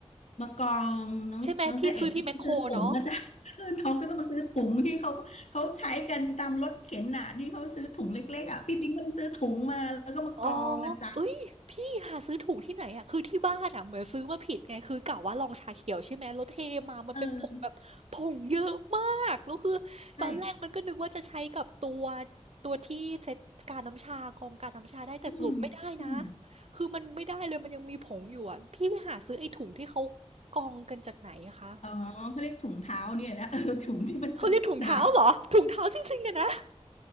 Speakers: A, on the left; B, on the right.
A: มากองน้องน้องเจ๊เอ๋ต้องไปซื้อถุงนะจ๊ะ
B: ใช่ไหมที่ซื้อที่แมคโครเนาะ
A: <laughs> เพื่อนน้องก็ต้องมาซื้อถุงที่เขาเขาใช้กันตามรถเข็นน่ะที่เขาซื้อถุงเล็กๆอ่ะพี่ปิงก็ไปซื้อถุงมาแล้วก็มากองอ่ะจ๊ะ
B: อ๋อเอ้ย พี่หาซื้อถูกที่ไหนอะคือที่บ้านอะเหมือนซื้อมาผิดไง คือกะว่าลองชาเขียวใช่ไหมแล้วเทมามันเป็นผงแบบผงเยอะมากแล้วคือตอนแรกมันก็นึกว่าจะใช้กับตัว
A: เออใช่
B: ตัวที่เซตการน้ำชากรองการน้ำชาได้แต่สรุปไม่ได้นะ
A: อืมอืม
B: คือมันไม่ได้เลย มันยังมีผงอยู่อะพี่ไปหาซื้อไอ้ถุงที่เขากรองกันจากไหนอะคะ
A: อ๋อเขาเรียกถุงเท้าเนี่ยนะ <laughs> เออถุงที่มันกองหนา
B: เขาเรียกถุงเท้าเหรอถุงเท้าจริงๆอะนะ